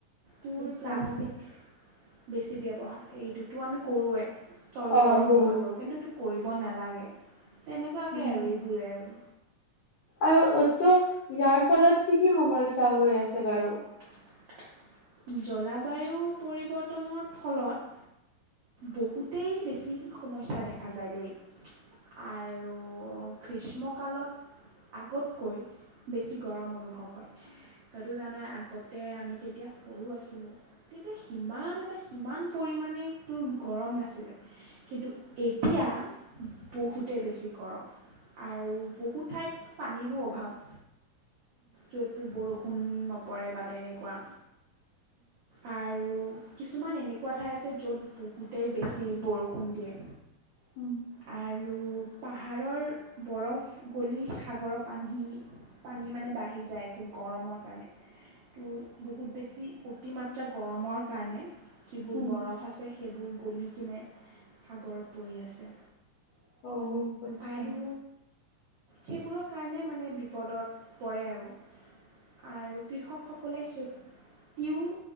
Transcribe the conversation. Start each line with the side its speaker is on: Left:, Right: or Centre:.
Right: তোৰ
Left: আচ্ছা
Right: প্লাষ্টিক বেছি ব্যৱহাৰ এইটোতো আমি কৰোঁৱেই, তয়ো
Left: অ'
Right: কৰ
Left: বহুত
Right: ময়ো কৰোঁ কিন্তু এইটো কৰিব নালাগে তেনেকুৱাকৈ
Left: উম
Right: আৰু এইবোৰেই আৰু।
Left: আৰু অতটো ইয়াৰ ফলত কি কি সমস্যয়া হৈ আছে বাৰু?
Right: <inaudible> জলবায়ু পৰিৱৰ্তনৰ ফলত বহুতেই বেছি সমস্যা দেখা যায় দেই। আৰু গ্ৰীষ্মকালত আগতকৈ বেছি গৰম অনুভৱ হয় তই তো জানো আগতে আমি যেতিয়া সৰু আছিলোঁ তেতিয়া সিমান এটা সিমান পৰিমাণে তোৰ গৰম নাছিলে কিন্তু এতিয়া বহুতেই বেছি গৰম আৰু বহু ঠাইত পানীৰো অভাৱ য'তো বৰষুণ নপৰে বা তেনেকুৱা আৰু কিছুমান এনেকুৱা ঠাই আছে য'ত বহুতেই বেছি বৰষুণ দিয়ে
Left: উম
Right: আৰু পাহাৰৰ বৰফ গলি সাগৰৰ পানী পানী মানে বাঢ়ি যায় আছে গৰমৰ কাৰণে ত বহুত বেছি অতিমাত্ৰা গৰমৰ কাৰণে যিবোৰ
Left: হুম উম আচ্ছা উম উম উম
Right: বৰফ ফছে সেইবোৰ গলি কিনে সাগৰত পৰি আছে
Left: আচ্ছা উম অ আচ্ছা
Right: আৰু সেইবোৰৰ কাৰণে মানে বিপদত পৰে আৰু আৰু কৃষকসকলে খেতিও